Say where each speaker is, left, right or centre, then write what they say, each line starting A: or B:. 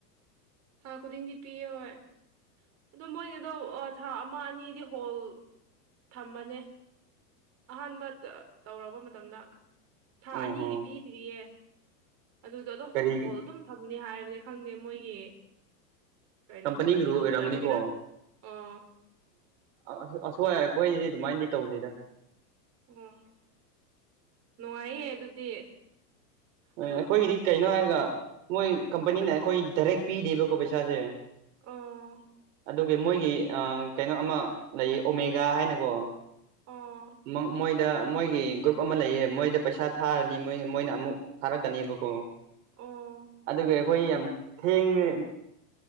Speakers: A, on the right; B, on the right.
A: ꯊꯥ ꯈꯨꯗꯤꯡꯗꯤ ꯄꯤꯑꯦ ꯍꯣꯏ ꯑꯗꯣ ꯃꯣꯏꯒꯤꯗꯣ ꯊꯥ ꯑꯃ ꯑꯅꯤꯗꯤ ꯍꯣꯜ ꯊꯝꯃꯅꯦ ꯑꯍꯥꯟꯕ ꯇꯧꯔꯛꯄ ꯃꯇꯝꯗ ꯊꯥ
B: ꯑꯣ
A: ꯑꯅꯤꯒꯤ
B: ꯍꯣ
A: ꯄꯤꯗ꯭ꯔꯤꯌꯦ ꯑꯗꯨꯗꯣ ꯑꯗꯣ
B: ꯀꯔꯤ
A: ꯍꯣꯜ ꯑꯗꯨꯝ ꯊꯝꯃꯅꯤ ꯍꯥꯏꯕꯅꯦ ꯈꯪꯗꯦ ꯃꯣꯏꯒꯤ ꯀꯩꯅꯣ
B: ꯀꯝꯄꯅꯤꯒꯤ ꯔꯨꯜ
A: ꯔꯨꯜꯁ
B: ꯑꯣꯏꯔꯝꯒꯅꯤꯀꯣ
A: ꯑꯣꯏꯕꯒꯤꯔ ꯑꯣ
B: ꯑꯣ ꯑꯁꯨꯋꯥꯏ ꯑꯩꯈꯣꯏꯗꯤ ꯑꯗꯨꯃꯥꯏꯗꯤ ꯇꯧꯗꯦꯗ
A: ꯑꯝ ꯅꯨꯡꯉꯥꯏꯌꯦ ꯑꯗꯨꯗꯤ ꯑꯗꯨꯝ
B: ꯑ ꯑꯈꯣꯏꯒꯤꯗꯤ ꯀꯩꯅꯣ ꯍꯥꯏꯔꯒ ꯃꯣꯏ ꯀꯝꯄꯅꯤꯅ ꯑꯩꯈꯣꯏ ꯗꯔꯦꯛ ꯄꯤꯗꯦꯕꯀꯣ ꯄꯩꯁꯥꯁꯦ
A: ꯑꯥ
B: ꯑꯗꯨꯒꯤ ꯃꯣꯏꯒꯤ ꯑ ꯀꯩꯅꯣ ꯑꯃ ꯂꯩꯌꯦ ꯑꯣꯃꯦꯒꯥ ꯍꯥꯏꯅꯀꯣ
A: ꯑꯣ
B: ꯃꯥ ꯃꯣꯏꯗ ꯃꯣꯏꯒꯤ ꯒ꯭ꯔꯨꯞ ꯑꯃ ꯂꯩꯌꯦ ꯃꯣꯏꯗ ꯄꯩꯁꯥ ꯊꯥꯔꯅꯤ ꯃꯣꯏ ꯃꯣꯏꯅ ꯑꯃꯨꯛ ꯊꯥꯔꯛꯀꯅꯦꯕꯀꯣ
A: ꯑꯣ
B: ꯑꯗꯨꯒ ꯑꯩꯈꯣꯏ ꯌꯥꯝ ꯊꯦꯡꯉꯦ